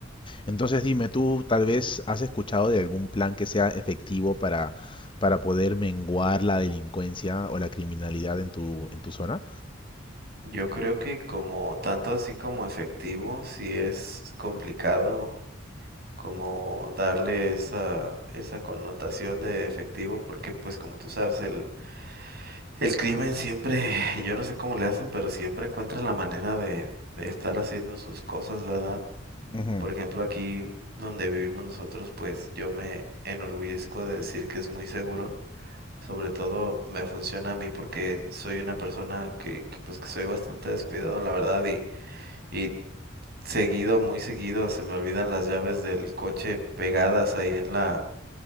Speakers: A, on the left; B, on the right.
A: Entonces dime, tú tal vez has escuchado de algún plan que sea efectivo para, para poder menguar la delincuencia o la criminalidad en tu, en tu zona?
B: Yo creo que como tanto así como efectivo, sí es complicado como darle esa, esa connotación de efectivo, porque pues como tú sabes, el El crimen siempre, yo no sé cómo le hacen, pero siempre encuentran la manera de, de estar haciendo sus cosas, ¿verdad?
A: Ujú.
B: Por ejemplo, aquí donde vivimos nosotros, pues yo me enorgullezco de decir que es muy seguro. Sobre todo me funciona a mí porque soy una persona que, que, pues que soy bastante descuidado, la verdad, y, y seguido, muy seguido, se me olvidan las llaves del coche pegadas ahí en la